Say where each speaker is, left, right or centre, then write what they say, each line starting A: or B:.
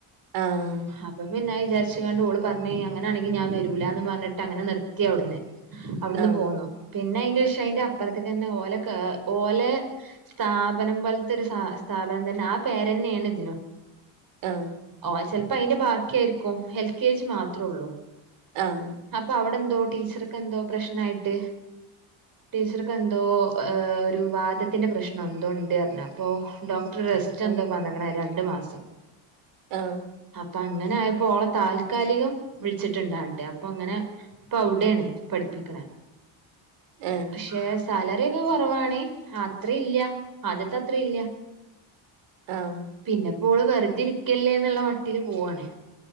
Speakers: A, on the right; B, on the right.
A: ആഹ്
B: അപ്പൊ പിന്നൊയി വിചാരിച്ച് കണ്ട് ഓള് പറഞ്ഞ് കഴിഞ്ഞ അങ്ങനെയാണെങ്കി ഞാൻ വരൂല എന്ന് പറഞ്ഞിട്ട് അങ്ങനെ നിർത്തി അവിടെന്ന് അവിടുന്ന്
A: ആഹ്
B: പോന്നു പിന്നെ അയ്ന്റെ ശേ അതിന്റെ അപ്പുറത്തേ തന്നെ ഓലക്ക് ഓലേ സ്ഥാപനം പോലത്തെ ഒരു സാ സ്ഥാപനം തന്നെ ആ പേര്ന്നെയാണ് ഇതിനും
A: ആഹ്
B: ഓഹ് ചിലപ്പോ അയിന്റെ ബാക്കി ആയിരിക്കും എൽ കെ ജി മാത്ര ഉള്ളൂ
A: ആഹ്
B: അപ്പൊ അവിടെ എന്തോ ടീച്ചർക്കെന്തോ പ്രശ്നം ആയിട്ട് ടീച്ചർക്ക് എന്തോ ഏഹ് ഒരു വാതത്തിന്റെ പ്രശ്നം എന്തോ ഉണ്ട് പറഞ്ഞ അപ്പോ ഡോ ട്ര റെസ്റ്റ്
A: ആഹ്
B: എന്തോ പറഞ്ഞേക്കണേ രണ്ട് മാസം
A: ആഹ്
B: അപ്പൊ അങ്ങനെ ആയപ്പോ ഓളെ താൽ താൽക്കാലികം വിളിച്ചിട്ടുണ്ട ആട്ട് അപ്പൊ അങ്ങനെ ഇപ്പൊ അവിടെയാണ് പഠിപ്പിക്കണ്
A: ആഹ്
B: പക്ഷേ സാലറി ഒക്കെ കുറവാണേ അത്ര ഇല്ല്യ ആദ്യത്തെ അത്ര ഇല്ല്യ
A: ആഹ്
B: പിന്നെ പ്പോ ഓള് വെറുതെ ഇരിക്കല്ലേ എന്നുള്ള മട്ടിൽ പോവാണേ